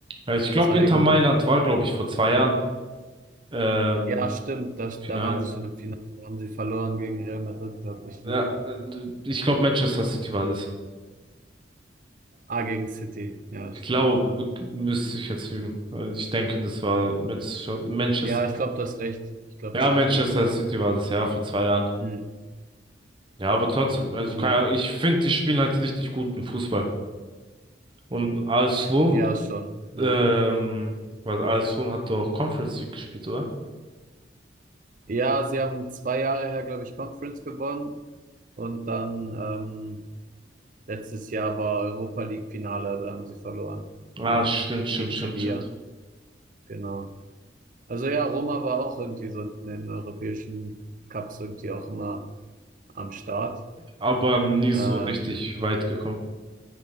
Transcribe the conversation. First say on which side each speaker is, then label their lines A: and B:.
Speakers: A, on the right; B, on the right.
A: Ja, Ich glaube,
B: zeigen.
A: Inter Mailand war, glaube ich, vor zwei Jahren ähm,
B: Ja, stimmt, da,
A: Finale.
B: da waren sie schon im Finale, da haben sie verloren gegen Real Madrid, glaube ich,
A: Ja,
B: ne?
A: äh, ich glaube Manchester City war das.
B: Ah, gegen City, ja,
A: Glaub,
B: stimmt, ja.
A: müsste ich jetzt lügen. Äh, Ich denke, das war Manchester, Manchester.
B: Ja, ich glaube, du hast recht, ich glaube,
A: Ja,
B: du
A: Manchester
B: hast recht, ja.
A: City war das, ja, vor zwei Jahren.
B: Hm.
A: Ja, aber trotzdem, also keine
B: Ja,
A: Ahnung, ich finde, die spielen halt richtig guten Fußball. Und AS Rom,
B: ja, schon, ja.
A: ähm, was AS Rom hat doch Conference League gespielt, oder?
B: Ja, sie haben zwei Jahre her, glaube ich, Conference gewonnen und dann ähm, letztes Jahr war Europa League Finale, aber da haben sie verloren,
A: Ah,
B: ja,
A: stimmt, stimmt,
B: gegen
A: stimmt,
B: Sevilla,
A: stimmt.
B: genau. Also ja, Roma war auch irgendwie so in den europäischen Cups irgendwie auch immer am Start.
A: Aber nie
B: Ähm,
A: so richtig weit gekommen.